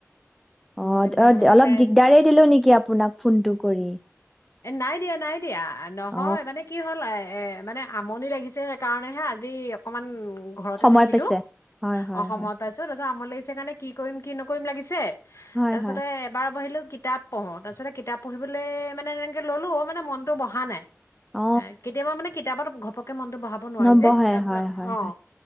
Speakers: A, in the centre; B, on the left.
A: অ,
B: চিনেমা
A: অদ
B: এখনকে
A: অলপ
B: চাই
A: দিগদাৰ
B: আছিলো
A: দিলো নেকি আপোনাক ফোনটো কৰি।
B: এ নাই দিয়া, নাই দিয়া। আ নহয়
A: অ
B: মানে কি হ'ল, আ এ মানে আমনি লাগিছে সেইকাৰণে হে আজি অকনমান ঘৰতে
A: সময়
B: থাকিলো,
A: পাইছে হয় হয়
B: অ সময়
A: হয়
B: পাইছো, তা আমনি লাগিছে কাৰণে কি কৰিম কি নকৰিম লাগিছে।
A: হয়
B: তাছতে
A: হয়
B: এবাৰ বহিলো কিতাপ পঢ়ো, তাছতে কিতাপ পঢ়িবলে মানে এ ল'লো, মানে মনতো বহা নাই।
A: অ
B: এ কেতিয়াবা মানে কিতাপত ঘপক তো মনটো বহাব নোৱাৰি
A: নবহে
B: যে, তাৰপিছত
A: হয় হয়
B: অ।
A: হয়